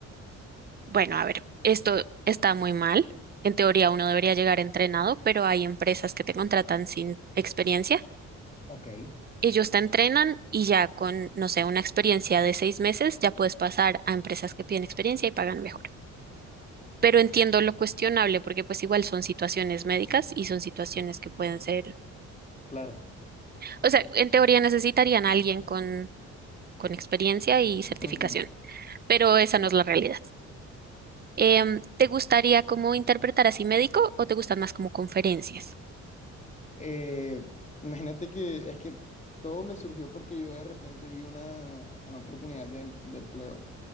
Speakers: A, on the right; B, on the left.
A: Bueno, a ver, esto está muy mal. En teoría uno debería llegar entrenado, pero hay empresas que te contratan sin experiencia
B: Ok,
A: Ellos te entrenan y ya con, no sé, una experiencia de seis meses, ya puedes pasar a empresas que piden experiencia y pagan mejor. Pero entiendo lo cuestionable porque pues igual son situaciones médicas y son situaciones que pueden ser,
B: claro.
A: o sea, en teoría necesitarían a alguien con, con experiencia y certificación,
B: Ujú.
A: pero esa no es la realidad. Em, ¿te gustaría como interpretar así médico o te gustan más como conferencias?
B: Eh, imagínate que es que todo me surgió porque yo de repente vi una, una oportunidad de, em- de empleo